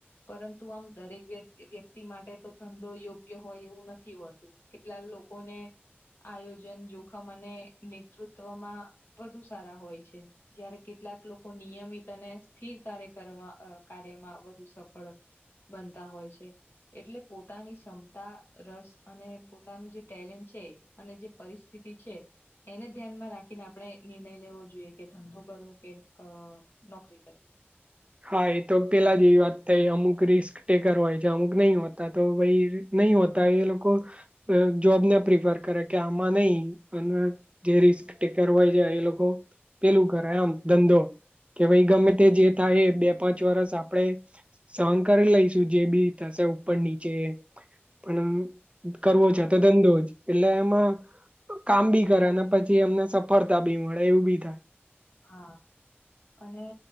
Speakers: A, on the left; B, on the right.
A: પરંતુ આમ દરેક વ્યક્તિ વ્યક્તિ માટે તો ધંધો યોગ્ય હોય એવું નથી હોતું. કેટલા લોકોને આયોજન, જોખમ અને નેતૃત્વમાં વધુ સારા હોય છે. જયારે કેટલાક લોકો નિયમિત અને સ્થિર કાર્ય કરવા કાર્યમાં વધુ સફ સફળ બનતા હોય છે. એટલે પોતાની ક્ષમતા, રસ અને પોતાનું જે ટેલેન્ટ છે. અને જે પરિસ્થિતિ છે. એને ધ્યાનમાં રાખીને આપણે નિર્ણય લેવો જોઈએ કે ધંધો કરવો કે અ નોકરી કરવી.
B: હા એ તો પેલા જ એવી વાત થઈ અમુક રિસ્ક ટેકર હોય છે અમુક નહી હોતા તો ભાઈ નહી હોતા એ લોકો જોબ ને પ્રિફર કરે કે આમાં નય અને જે રિસ્ક ટેકર હોય છે એ લોકો પેલું કરે આમ ધંધો કે ભાઈ ગમે તે જે થાય એ કે બે પાંચ વરષ આપણેે સહન કરી લઈશું જે બી થશે ઉપર નીચે પણ કરવો
A: હા
B: છે તો ધંધો જ એટલે એમાં કામ બી કરે અને પછી એમને સફળતા બી મળે એવું બી થાય.
A: હા અને